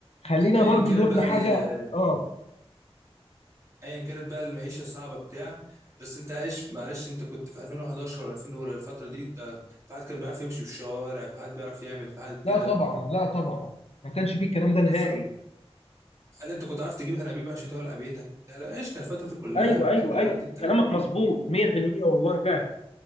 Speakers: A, on the left; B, on the right.
A: خلينا
B: ايا
A: برضو
B: كانت
A: نروح
B: بقى
A: لحاجه
B: ال...
A: اه
B: ايا كانت بقى المعيشه الصعبه بتاع بس انت عايش معلش انت كنت في 2011 ولا 2000 ولا الفتره دي انت في حد كان بيعرف يمشي في الشوارع في حد بيعرف يعمل في حد كده
A: لا طبعا لا طبعا ما كانش فيه الكلام ده نهائي
B: بس هل انت كنت عارف تجيب انابيب عشان تولع بيتك لا لا، عشنا الفتره دي كلها
A: ايوه
B: لا
A: ايوه
B: انت دلوقتي
A: ايوه
B: انت
A: كلامك
B: فين وفين
A: مظبوط 100% والله فعلا